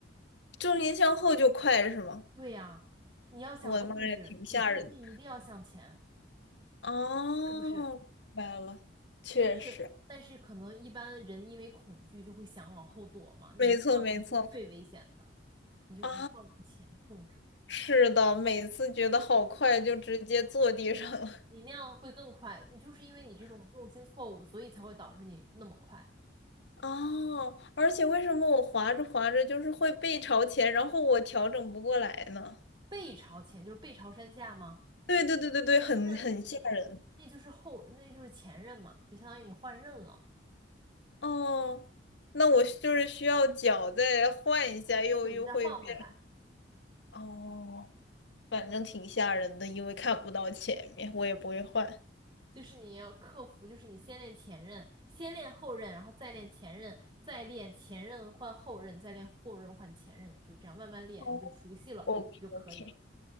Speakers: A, on the left; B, on the right.
A: 重心向后就快是吗？
B: 对呀，你要想控制，
A: 我的妈呀，挺吓人的。
B: 你重心一定要向前，
A: 哦，
B: 是不是？
A: 明白了，确实，
B: 但是但是可能一般人因为恐惧就会想往后躲嘛，你那样才是最危险的，
A: 没错没错。
B: 你就一定要往前控制，
A: 啊，是的，每次觉得好快，就直接坐地上了。
B: 你那样会更快。你就是因为你这种重心错误，所以才会导致你那么快。
A: 哦，而且为什么我滑着滑着就是会背朝前，然后我调整不过来呢？
B: 背朝前就是背朝山下吗？
A: 对对对对对，很很吓人
B: 那那那就是后，那就是前任嘛，就相当于你换刃了，
A: 哦。那我就是需要脚再换一下，又又会变
B: 对，你再换回来。
A: 哦，反正挺吓人的，因为看不到前面，我也不会换。
B: 就是你要克服，就是你先练前任，先练后任，然后再练前任，再练前任换后任，再练后任换前任，就这样慢慢练，
A: 哦，OK
B: 你就熟悉了你就可以了。
A: OK，